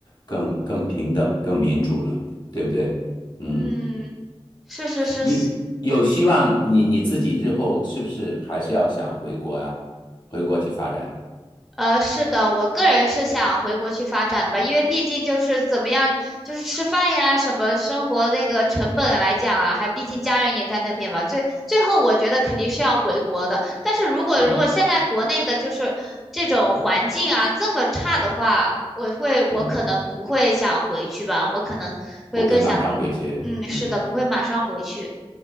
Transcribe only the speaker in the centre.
嗯，是是是，
是
呃，是的，我个人是想回国去发展吧，因为毕竟就是怎么样，就是吃饭呀，什么生活那个成本来讲啊，还毕竟家人也在那边吧。最最后，我觉得肯定是要回国的。但是如果如果现在国内的就是这种环境啊这么差的话，
我会我可能不会想回去吧，
我可能会更想，
嗯，是的，
不会马上回去。